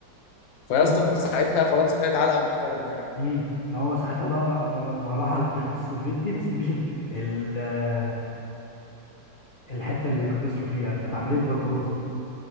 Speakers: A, on the left; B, on the left.
A: فيا
B: المهم
A: اسطى ساعتها فرنسا خدت علقه محترمه يعني
B: امم ما هو ساعتها
A: و-
B: بقى را- ما ما راح على الاتحاد السوفيتي بس مش ال... ال... آه، الحتة اللي خسروا فيها كانت عملية بربروسا